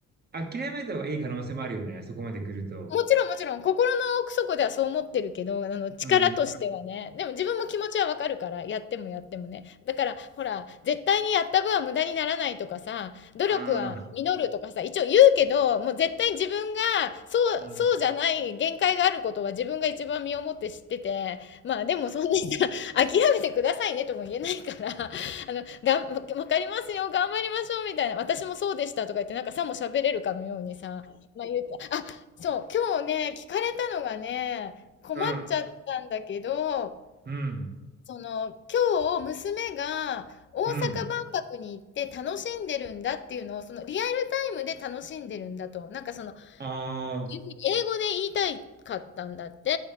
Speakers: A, on the right; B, on the left.
A: 諦めた方がいい可能性もあるよね、そこまで来ると。
B: もちろんもちろん、心の奥底ではそう思ってるけど、あの、力としてはね。
A: うん。
B: でも自分も気持ちはわかるから、やってもやってもね。だから、ほら、絶対にやった分は無駄にならないとかさ、努力は実るとかさ、
A: ああ、
B: 一応言うけど、もう絶対に自分が、そうそうじゃない限界があることは自分が一番身をもって知ってて、
A: うん。
B: まあでもそんなにさ、諦めてくださいねとも言えないから、あの、がんわかりますよ、頑張りましょうみたいな、私もそうでしたとか言って、なんかさも喋れるかのようにさ、まあ言うて、あ、そう、今日ね、聞かれたのがね、困っちゃったんだけど、
A: うん。うん。
B: その、今日娘が大阪万博に行って楽しんでるんだっていうのを、
A: うん。
B: そのリアルタイムで楽しんでるんだと、なんかその、
A: ああ、
B: 英語で言いたいかったんだって。